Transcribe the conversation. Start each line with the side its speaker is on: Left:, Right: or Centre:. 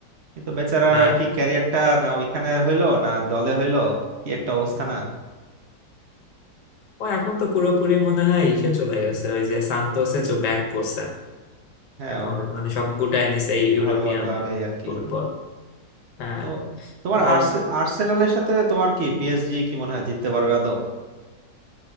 Right: কিন্তু বেচারার
Left: হ্যাঁ
Right: আর কি ক্যারিয়ারটা না ওইখানে হইলো না দলে হইলো কি একটা অবস্থা না
Left: ও এখন তো পুরোপুরি মনে হয় ইসে চলে গেছে ওই যে সান্তোসে চো ব্যাক করছে
Right: হ্যাঁ
Left: এখন
Right: ওর
Left: মানে সব গুটায় নিছে এই ইউরোপিয়ান
Right: ঘরোয়া ক্লাবে আর কি
Left: ফুটবল হ্যাঁ
Right: তো তোমার
Left: আর
Right: আর্সে- আর্সেনালের সাথে তোমার কি পিএসজি কি মনে হয় জিততে পারবে আদৌ